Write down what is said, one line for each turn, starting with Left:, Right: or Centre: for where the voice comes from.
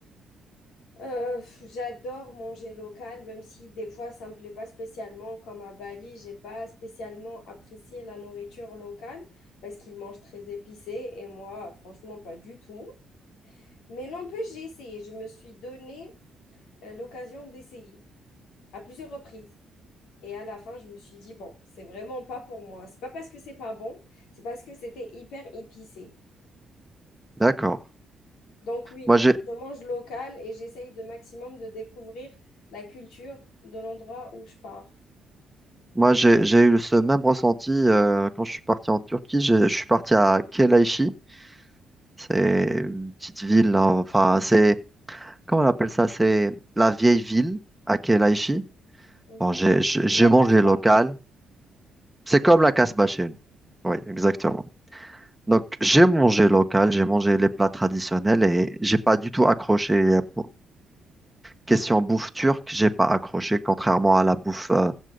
Left: Euh, pff, j'adore manger local, même si des fois ça me plaît pas spécialement. Comme à Bali, j'ai pas spécialement apprécié la nourriture locale parce qu'ils mangent très épicé et moi, franchement, pas du tout. Mais n'empêche, j'ai essayé. Je me suis donné euh, l'occasion d'essayer à plusieurs reprises. Et à la fin, je me suis dit, bon, c'est vraiment pas pour moi. C'est pas parce que c'est pas bon, c'est parce que c'était hyper épicé.
Centre: D'accord.
Left: Donc oui,
Centre: Moi, j'ai,
Left: je mange local et j'essaye de maximum de découvrir la culture de l'endroit où je pars.
Centre: moi, j'ai, j'ai eu ce même ressenti euh, quand je suis parti en Turquie. Je, je suis parti à Kelaychi. C'est une petite ville, hein, enfin, c'est, comment on appelle ça? C'est la vieille ville à Kelaychi.
Left: Mhm.
Centre: Bon, j'ai, j'ai j'ai
Left: La
Centre: mangé
Left: Casbah.
Centre: local. C'est comme la Casbah chez nous. Oui, exactement. Donc, j'ai mangé local, j'ai mangé les plats traditionnels et j'ai pas du tout accroché. euh, pour- Question bouffe turque, j'ai pas accroché, contrairement à la bouffe, euh,